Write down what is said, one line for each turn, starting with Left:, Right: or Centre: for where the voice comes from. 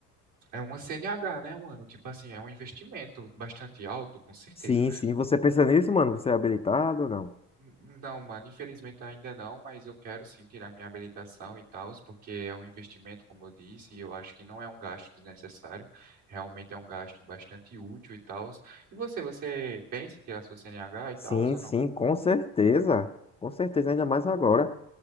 Right: é uma CNH, né, mano? Tipo assim, é um investimento bastante alto, com certeza.
Left: Sim, sim. Você pensa nisso, mano? Você é habilitado ou não?
Right: N- Não, mano, infelizmente ainda não, mas eu quero sim tirar minha habilitação e tal, porque é um investimento, como eu disse, e eu acho que não é um gasto desnecessário, realmente é um gasto bastante útil e tal. E você, você pensa em tirar sua CNH e
Left: Sim,
Right: tal, ou
Left: sim,
Right: não?
Left: com certeza. Com certeza, ainda mais agora.